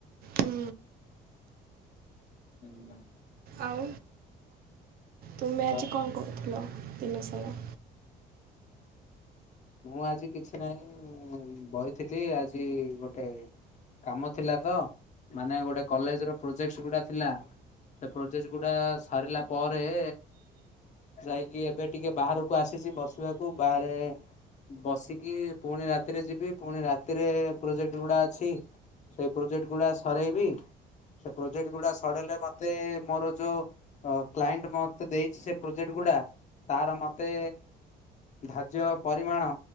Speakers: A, on the right; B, on the left.
A: ହୁଁ।
B: ହୁଁ।
A: ଆଉ। ତୁମେ ଆଜି
B: ଆଉ
A: କଣ କରୁଥିଲ ଦିନ ସାରା?
B: ମୁଁ ଆଜି କିଛି ନାହିଁ ବଇଥିଲି ଆଜି ଗୋଟେ। କାମ ଥିଲା ତ ମାନେ ଗୋଟେ କଲେଜ ର ପ୍ରୋଜେକ୍ଟସ ଗୁଟା ଥିଲା ସେ ପ୍ରୋଜେସ ଗୁଡା ସାରିଲା ପ ଏ ଯାଇକି ଏବେ ଟିକେ ବାହାରକୁ ଆସିଛି ବସିବାକୁ ବାହାରେ। ବସିକି ପୁଣି ରାତିରେ ଯିବି ପୁଣି ରାତିରେ ପ୍ରୋଜେକ୍ଟ ଗୁଡା ଅଛି। ସେଇ ପ୍ରୋଜେକ୍ଟ ଗୁଡା ସରେଇବି ସେ ପ୍ରୋଜେକ୍ଟ ଗୁଡା ସରେଇଲେ ମତେ ମୋର ଯୋଉ କ୍ଲାଏଣ୍ଟ ମତେ ଦେଇଛି ସେ ପ୍ରୋଜେକ୍ଟ ଗ ଗୁଡ଼ା ତାର ମୋତେ ଧାର୍ଯ୍ୟ ପରିମାଣ